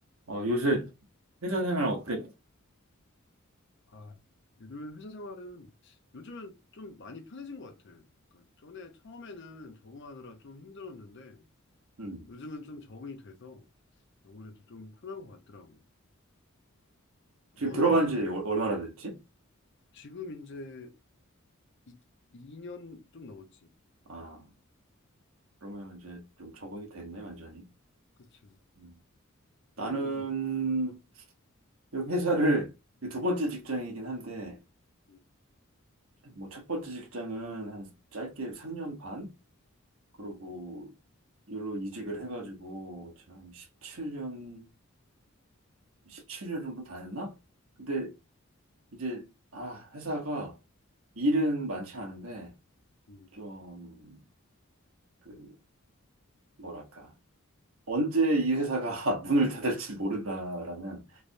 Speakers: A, on the right; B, on the left.
A: 어, 요새 회사 생활 어때?
B: 아, 요즘 회사 생활은 요즘은 좀 많이 편해진 것 같아요. 그러니까 전에 처음에는 적응하느라 좀 힘들었는데
A: 음.
B: 요즘은 좀 적응이 돼서 아무래도 좀 편한 것 같더라고. 너는
A: 지금 들어간
B: 어때?
A: 지 얼- 얼마나 됐지?
B: 지금 이제 이, 2년 좀 넘었지.
A: 아, 그러면 이제 좀 적응이 됐네, 완전히.
B: 그치.
A: 음.
B: 너는
A: 나는
B: 요즘 뭐,
A: 여기 회사를 이두 번째 직장이긴 한데,
B: 음,
A: 뭐 첫 번째 직장은 한 짧게 3년 반? 그리고 일로 이직을 해가지고 지금 한 17년, 17년 정도 다녔나? 근데 이제, 아, 회사가 일은 많지 않은데,
B: 음,
A: 좀, 그, 뭐랄까. 언제 이 회사가 <laughs> 문을 닫을지 모른다라는